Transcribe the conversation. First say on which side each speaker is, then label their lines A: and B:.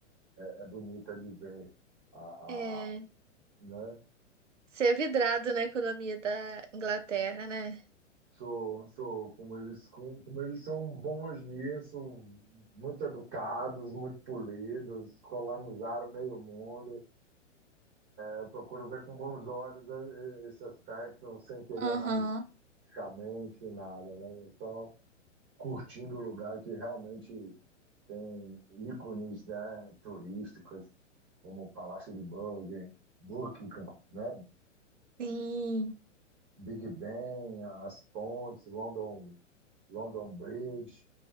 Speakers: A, on the right (about 30°); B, on the right (about 70°).
A: é, é bonita de ver. A, a,
B: É,
A: né?
B: ser vidrado na economia da Inglaterra, né?
A: Sou, sou, como eles, como como eles são bons nisso, muito educados, muito polidos, colonizaram meio mundo. Eu procuro ver com bons olhos eh, eh, esse aspecto, sem querer
B: Aham,
A: analisar politicamente nada, né? É Só curtindo o lugar que realmente tem ícones, né, turísticas, como o Palácio de Buckingham, Buckingham, né?
B: sim.
A: Big Ben, as pontes, London, London Bridge.